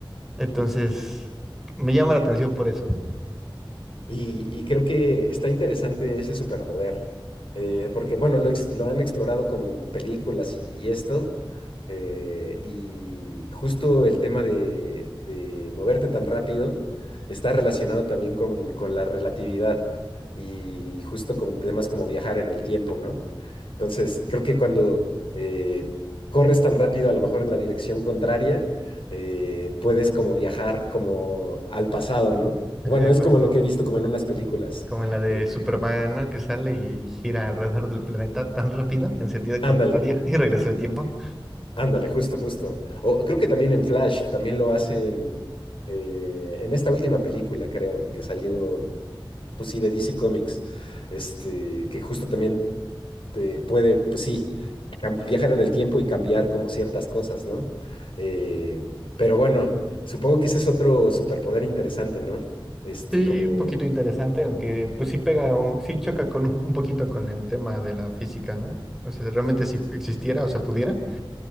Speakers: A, in the centre; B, on the left.
A: Entonces, me llama la atención por eso.
B: Y, y creo que está interesante ese superpoder, eh, porque, bueno, lo, ex- lo han explorado como en películas y, y esto, eh, y justo el tema de, de moverte tan rápido está relacionado también con, con la relatividad y justo con temas como viajar en el tiempo, ¿no? Entonces, creo que cuando eh, corres tan rápido, a lo mejor en la dirección contraria, eh, puedes como viajar como al pasado, ¿no?
A: Ajá,
B: Bueno, es
A: Como,
B: como lo que he visto como en unas películas.
A: como en la de
B: Eh,
A: Superman, ¿no? Que sale y gira alrededor del planeta tan rápido, en sentido
B: ándale,
A: contrario, <laughs> y regresa el tiempo.
B: ándale, justo, justo. O creo que también en Flash, también lo hacen eh, en esta última película, creo, que salió, pues sí, de DC Comics, este, que justo también te puede, pues sí, cam- viajar en el tiempo y cambiar como ciertas cosas, ¿no? Eh, pero bueno, supongo que ese es otro superpoder interesante, ¿no? Este,
A: Sí,
B: como
A: un poquito interesante, aunque pues sí pega, o, sí choca con un, un poquito con el tema de la física, ¿no? O sea, realmente si existiera o se pudiera,